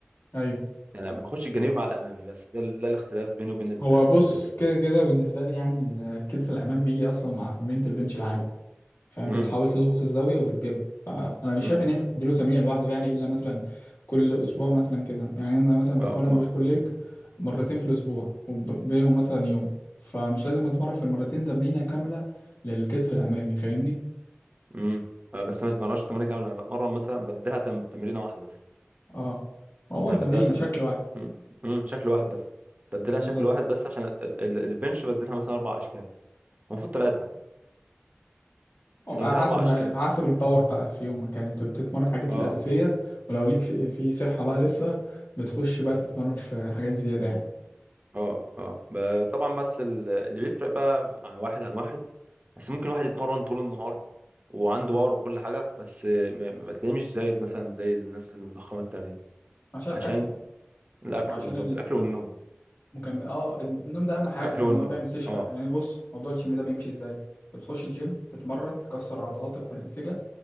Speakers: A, on the left; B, on the right.
A: ايوه
B: يعني ما باخدش الجانبي مع الامامي بس ده, ده الاختلاف بيني وبين البوش
A: هو بص
B: بول ليج
A: كده كده بالنسبة لي يعني الكتف الأمام بيجي أصلا مع تمرينة البنش العالي فاهم
B: امم
A: بتحاول تظبط الزاوية وبتجيبها فأنا مش
B: امم
A: شايف إن أنت تديله تمرين لوحده يعني إلا مثلا كل أسبوع مثلا كده يعني أنا مثلا بتمرن
B: اه ما-
A: بوش بول ليج مرتين في الأسبوع وبينهم مثلا يوم فمش لازم أتمرن في المرتين تمرينة كاملة للكتف الأمامي فاهمني؟
B: امم آه، بس انا ما بتمرنش تمرين كامل انا بتمرن مثلا بديلها تم... تمرينه واحده بس
A: أه ما هو
B: يعني
A: تمرين
B: بدلها تمر...
A: شكل واحد
B: مم. مم. شكل واحد بس بدلها
A: بالظبط
B: شكل واحد بس عشان ال- ال- البنش بدلها مثلا اربع اشكال المفروض ثلاثه
A: وبقى
B: بس بدلها
A: حسب
B: اربع
A: بقى
B: اشكال
A: يعني بقى حسب الباور بقى في يومك يعني بت- بتتمرن حاجات
B: اه
A: الأساسية ولو ليك في, في صحة بقى لسه بتخش بقى تتمرن في حاجات زيادة يعني
B: اه اه ب- طبعا بس ال- اللي بيفرق بقى عن واحد عن واحد بس ممكن واحد يتمرن طول النهار وعنده باور وكل حاجه بس ما ما تلاقيه مش زايد مثلا زي الناس المضخمه التانيه
A: عشان
B: عشان
A: الأكل
B: الاكل
A: وعشان
B: بالظبط الاكل والنوم
A: المكمل اه النوم ده أهم
B: الاكل
A: حاجة يعني
B: والنوم
A: هو بيعمل استشفاء
B: اه
A: يعني بص موضوع الجيم ده بيمشي ازاي انت بتخش الجيم تتمرن تكسر عضلاتك والأنسجة